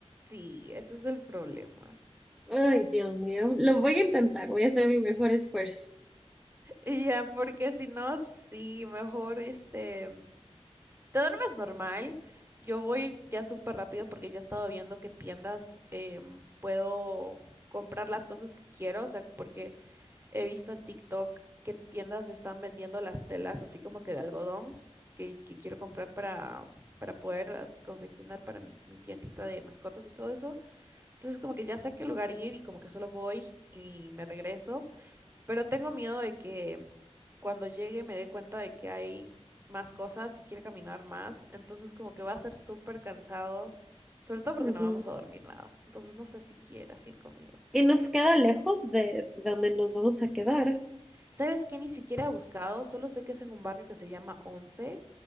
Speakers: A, on the right (about 20°); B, in the centre.
A: Sí, ese es el problema.
B: ay, Dios mío, lo voy a intentar, voy a hacer mi mejor esfuerzo.
A: Y ya, porque si no, sí, mejor este... Te duermes normal. Yo voy ya súper rápido porque ya he estado viendo qué tiendas em, puedo comprar las cosas que quiero. O sea, porque he visto en TikTok qué tiendas están vendiendo las telas así como que de algodón que, que quiero comprar para, para poder ah, confeccionar para mi, mi tiendita de mascotas y todo eso. Entonces como que ya sé a qué lugar ir y como que solo voy y me regreso. Pero tengo miedo de que cuando llegue me dé cuenta de que hay más cosas y quiere caminar más. Entonces como que va a ser súper cansado, sobre todo porque
B: Ujú.
A: no vamos a dormir nada. Entonces no sé si quieras ir conmigo.
B: Y nos queda lejos de donde nos vamos a quedar.
A: ¿Sabes qué? Ni siquiera he buscado, solo sé que es en un barrio que se llama Once.